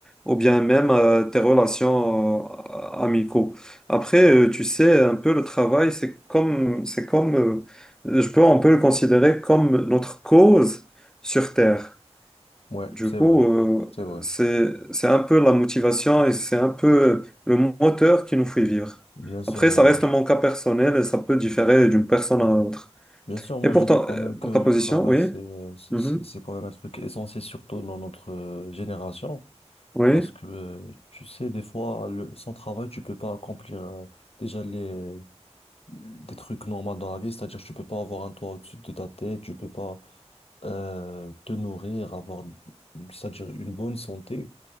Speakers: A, in the centre; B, on the left (about 60°).
A: ou bien même euh, tes relations euh, amicaux. Après, euh, tu sais, un peu le travail, c'est comme, c'est comme, euh, je peux un peu le considérer comme notre cause sur Terre.
B: Ouais,
A: Du
B: c'est
A: coup,
B: vrai,
A: euh,
B: c'est vrai.
A: c'est, c'est un peu la motivation et c'est un peu le moteur qui nous fait vivre.
B: Bien sûr,
A: Après,
B: moi,
A: ça reste
B: je...
A: mon cas personnel et ça peut différer d'une personne à l'autre.
B: bien sûr, moi,
A: Et pour
B: je dis
A: ta,
B: quand
A: euh,
B: même que
A: pour
B: le
A: ta position,
B: travail,
A: oui,
B: c'est, euh, c'est
A: mhm,
B: c'est- c'est quand même un truc essentiel, surtout dans notre euh, génération,
A: oui,
B: parce que euh, tu sais, des fois, le... sans travail, tu peux pas accomplir euh, déjà les des trucs normaux dans la vie, c'est-à-dire tu peux pas avoir un toit au-dessus de ta tête, tu peux pas euh, te nourrir, avoir, c'est-à-dire une bonne santé.